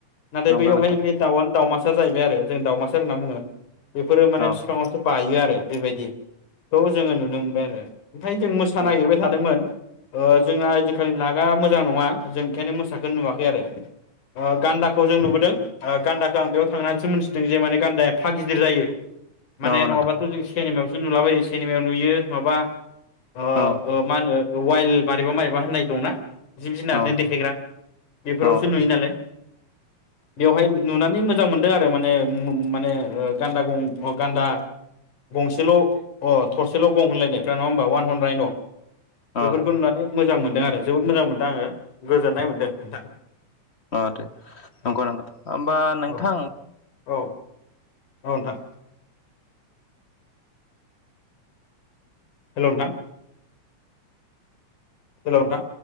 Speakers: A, on the left; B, on the left.
A: नाथाय
B: नंगौ
A: बैयावहाय
B: नोंथां
A: <unintelligible> दाउ दाउमा सार जाहैबाय आरो जों दावमासार होनना बुङो। बेफोरो माने
B: औ
A: फिफाङावसो बायो आ रो बेबायदि। औ जोङो नुनो <unintelligible> ओमफाय जों मोसा
B: औ
A: नागिरबाय थादोंमोन। ओ जोंना ओयदिनखालि लागा मोजां नङा, जों ओंखायनो मोसाखो नुवाखै आरो ओ गान्दाखौ जों नुबोदों। ओ गान्दाखो आं बैयाव थांनानैसो मोनथिदों जे माने गान्दाया एफ्फा गिदिर जायो। माने
B: औ
A: नङाबाथ'
B: नोंथां
A: जों सेनेमायाव सो नुलाबायो सिनेमायाव नुयो। माबा अ
B: औ
A: ओ मा होनो? वाइल्ड मारैबा मारैबा होननाय दंना। जिब जिनारनि
B: औ
A: देखायग्रा। बेफोरावसो
B: औ
A: नुयो नालाय। बेवहाय नुनानै मोजां मोनदों आरो माने म-माने गान्दा गं गान्दा गंसेल' अ थरसेल' गं होनलायनायफ्रा नङा होनबा वान हर्न रायन'।
B: औ
A: बेफोरखौ नुनानै मोजां मोनदों आरो जोबोद मोजां मोनदों आङो गोजोननाय मोन्दों नोंथां।
B: अह दे नंग'
A: औ
B: नंग'। होमबा नोंथां
A: औ औ औ नोंथां। हेलौ नोंथां। हेल' नोंथां।